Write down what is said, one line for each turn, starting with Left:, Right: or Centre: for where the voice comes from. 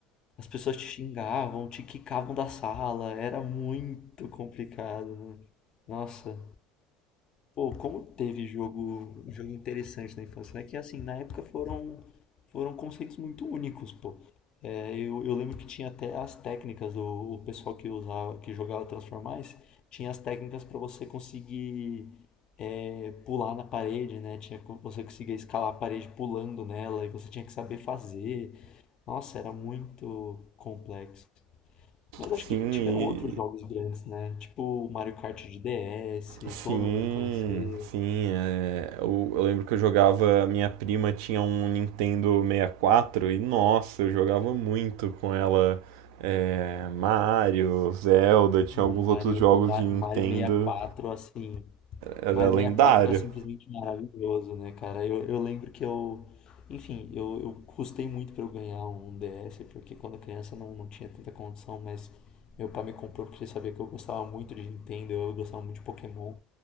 Left: As pessoas te xingavam, te quicavam da sala, era muito complicado, né? Nossa, pô, como teve jogo, jogo interessante na infância, né? Que assim, na época foram foram conceitos muito únicos, pô. É, eu, eu lembro que tinha até as técnicas, o, o pessoal que usava, que jogava Transformice, tinha as técnicas para você conseguir é, pular na parede, né? Tinha co- você conseguia escalar a parede pulando nela e você tinha que saber fazer. Nossa, era muito complexo. Mas
Right: <laughs>
Left: acho
Right: Sim,
Left: que tiveram outros jogos grandes, né? Tipo o Mario Kart de DS,
Right: Sim,
Left: todo mundo conheceu.
Right: sim. é, Eu, eu lembro que eu jogava. Minha prima tinha um Nintendo 64 e, quatro e, nossa, eu jogava muito com ela. é, Mario, Zelda, tinha
Left: O
Right: alguns
Left: Mario,
Right: outros jogos
Left: o Ma-
Right: de Nintendo.
Left: Mario 64, assim,
Right: Era
Left: Mario
Right: lendário.
Left: sessenta e quatro era simplesmente maravilhoso, né, cara? Eu, eu lembro que eu. Enfim, eu, eu custei muito pra eu ganhar um DS, porque quando criança não, não tinha tanta condição, mas meu pai me comprou porque ele sabia que eu gostava muito de Nintendo, eu gostava muito de Pokémon.